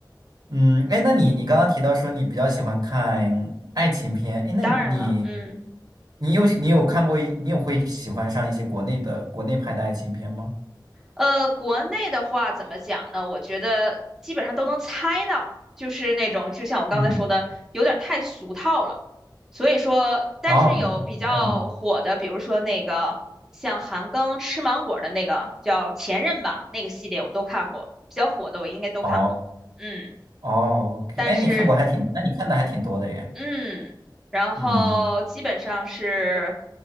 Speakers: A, on the right (about 50°); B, in the centre.
A: 嗯，哎，那你你刚刚提到说你比较喜欢看爱情片，哎，那你
B: 当然了，嗯，
A: 你有你有看过一你有会喜欢上一些国内的国内拍的爱情片吗？
B: 呃，国内的话怎么讲呢？我觉得基本上都能猜到，就是那种就像我刚才说的，
A: 嗯，
B: 有点太俗套了。所以说，但是有比较火的，
A: 哦，看喜欢嗯，
B: 比如说那个像韩庚吃芒果的那个叫《前任》吧，那个系列我都看过，比较火的我应该都看过。
A: 哦
B: 嗯，
A: 哦哦，OK，
B: 但是
A: 哎，你看过还挺，那你看的还挺多的耶。
B: 嗯，然后基本上是，
A: 嗯，